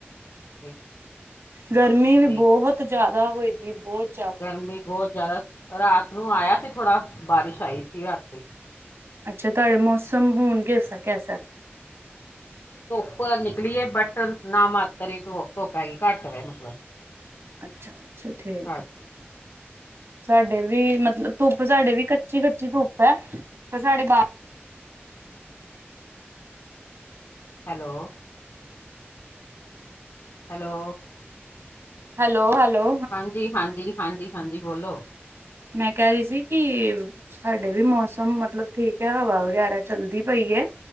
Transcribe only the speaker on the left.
<unintelligible>
ਤੇ
ਗਰਮੀ ਬਹੁਤ ਜਾਦਾ ਰਾਤ ਨੂੰ ਆਇਆ ਸੀ ਥੋੜਾ ਬਾਰਿਸ਼ ਆਈ ਸੀ ਰਾਤੀ।
ਧੁੱਪ ਨਿਕਲੀ ਹੈ ਬਟ ਨਾ ਮਾਤਰ ਹੀ ਧੁੱਪ ਹੈਗੀ ਘੱਟ ਵਾ ਮਤਲਬ।
ਹਾਂਜੀ
ਹੈਲੋ। ਹੈਲੋ।
ਹਾਂਜੀ-ਹਾਂਜੀ, ਹਾਂਜੀ-ਹਾਂਜੀ ਬੋਲੋ।